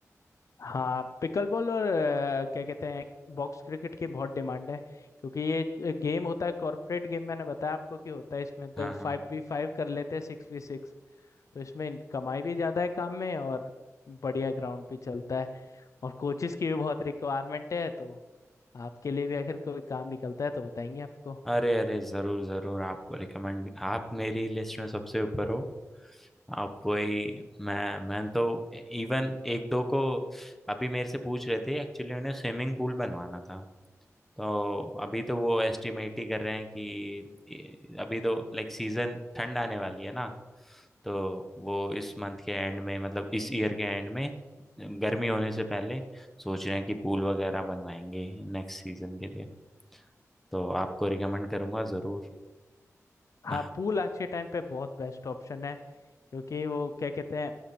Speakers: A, on the left (about 65°); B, in the centre.
A: हाँ पिकल बॉल और अ, क्या कहते हैं बॉक्स क्रिकेट की बहुत डिमांड है क्योंकि ये गेम होता है कॉर्पोरेट गेम मैंने बताया आपको कि होता है इसमें तो
B: हाँ
A: फाइव
B: हाँ हाँ
A: वी फाइव कर लेते हैं सिक्स वी सिक्स तो इसमें इन- कमाई भी ज़्यादा है काम में और बढ़िया ग्राउंड भी चलता है और कोचिस की भी बहुत रिक्वायरमेंट है तो आपके लिए भी अगर कोई काम निकलता है तो बताएंगे आपको
B: अरे अरे जरूर जरूर आपको रिकमेंड भी। आप मेरी लिस्ट में सबसे ऊपर हो आप कोई मैं मैं तो इवन एक दो को अभी मेरे से पूछ रहे थे एक्चुअली उन्हें स्विमिंग पूल बनवाना था तो अभी तो वो एस्टिमेट ही कर रहे हैं कि ये- अभी तो लाइक सीजन ठंड आने वाली है ना तो वो इस मंथ के एंड में मतलब इस ईयर के एंड में गर्मी होने से पहले सोच रहे हैं कि पूल वगैरह बनवाएंगे नेक्स्ट सीजन के लिए तो आपको रिकमेंड करूंगा जरूर
A: हाँ
B: हाँ।
A: पूल आज के टाइम पे बहुत बेस्ट ऑप्शन है क्योंकि वो क्या कहते हैं